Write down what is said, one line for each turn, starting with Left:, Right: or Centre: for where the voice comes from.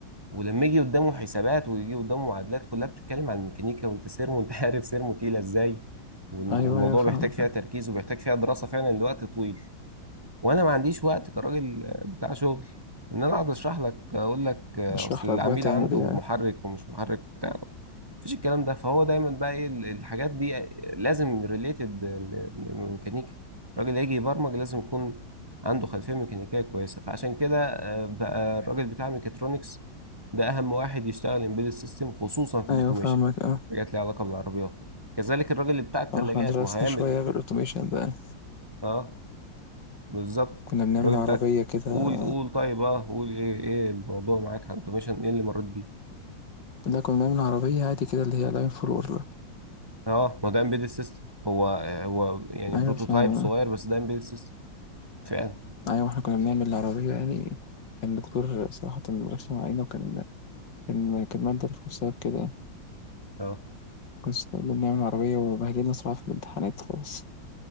Right: ولما يجي قدامه حسابات ويجي قدامه معادلات كلها بتتكلم عن الميكانيكا وانت سيرمو انت <laughs> عارف سيرمو تقيله ازاي والم-
Left: أيوة
Right: والموضوع
Left: أيوة فاهمك
Right: بيحتاج فيها تركيز وبيحتاج فيها دراسه فعلا لوقت طويل وانا ما عنديش وقت كراجل بتاع شغل ان انا اقعد اشرح لك اقول لك اصل
Left: بشرح
Right: العميل
Left: لك بقى تعمل
Right: عنده
Left: ايه يعني
Right: محرك ومش محرك وبتاع مفيش الكلام ده فهو دايما بقى ايه ال- الحاجات دي لازم ريليتد لميكانيكا الراجل اللي هيجي يبرمج لازم يكون عنده خلفيه ميكانيكيه كويسه فعشان كده آه، بقى الراجل بتاع ميكاترونكس ده اهم واحد يشتغل امبيدد سيستم خصوصا في
Left: أيوة
Right: الاوتوميشن
Left: فاهمك اه
Right: حاجات ليها علاقه بالعربيات كذلك الراجل اللي بتاع الثلاجات
Left: آه، احنا درسنا
Right: ما هيعمل
Left: شوية في الأوتوميشن ده
Right: اه بالظبط
Left: كنا بنعمل
Right: الراجل
Left: عربية
Right: بتاعك
Left: كده
Right: قول قول طيب اه قول ايه ايه الموضوع معاك على الاوتوميشن ايه اللي مريت بيه
Left: لا كنا بنعمل عربية عادي كده اللي هي لاين فور وورلر.
Right: اه ما ده امبيدد سيستم هو هو يعني
Left: أيوة
Right: بروتوتايب
Left: فاهم
Right: صغير بس ده امبيدد سيستم فعلا
Left: أيوة احنا كنا بنعمل العربية يعني كان الدكتور صراحة رخم علينا وكان كان كان مادة رخمة بسبب كده يعني.
Right: اه
Left: كنت اللي بنعمل عربية وبهدلنا صراحة في الامتحانات خالص